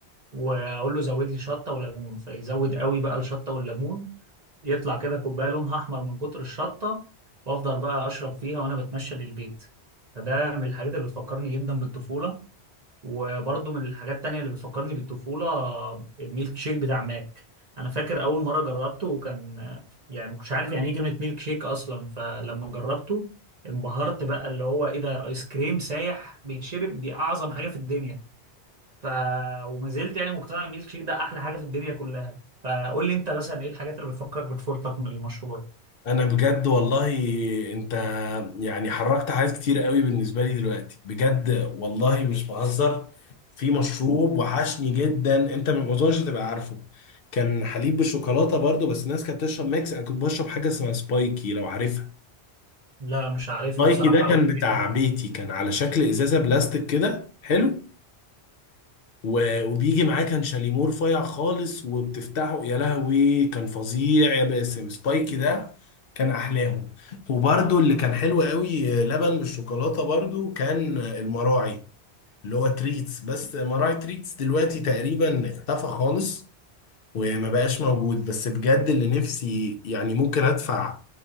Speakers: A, on the right; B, on the left.
A: واقول له زود لي شطه وليمون فيزود قوي بقى الشطه والليمون يطلع كده كوبايه لونها احمر من كتر الشطه وافضل بقى اشرب فيها وانا بتمشى للبيت فده من الحاجات اللي بتفكرني جدا بالطفوله وبرضه من الحاجات التانية اللي بتفكرني بالطفولة الميلك شيك بتاع ماك أنا فاكر أول مرة جربته كان يعني ما كنتش عارف يعني إيه كلمة ميلك شيك أصلا فلما جربته انبهرت بقى اللي هو إيه ده آيس كريم سايح بيتشرب دي أعظم حاجة في الدنيا ف وما زلت يعني مقتنع إن الميلك شيك ده أحلى حاجة في الدنيا كلها فقول لي أنت مثلا إيه الحاجات اللي بتفكرك بطفولتك من المشروبات؟
B: انا بجد والله انت يعني حركت حاجات كتير قوي بالنسبه لي دلوقتي بجد والله مش بهزر في مشروب وحشني جدا انت ما اظنش تبقى عارفه كان حليب بالشوكولاته برضو بس الناس كانت بتشرب ميكس انا كنت بشرب حاجه اسمها سبايكي لو عارفها
A: لا مش عارفها
B: سبايكي
A: بصراحة
B: ده كان
A: قول
B: بتاع
A: لي
B: بيتي كان على شكل ازازه بلاستيك كده حلو و- وبيجي معاه كان شاليمور فايع خالص وبتفتحه يا لهوي كان فظيع يا باسم سبايكي ده كان احلاهم وبرده اللي كان حلو قوي آه، لبن بالشوكولاته برده كان آه، المراعي اللي هو تريتس بس مراعي تريتس دلوقتي تقريبا اختفى خالص وما بقاش موجود بس بجد اللي نفسي يعني ممكن ادفع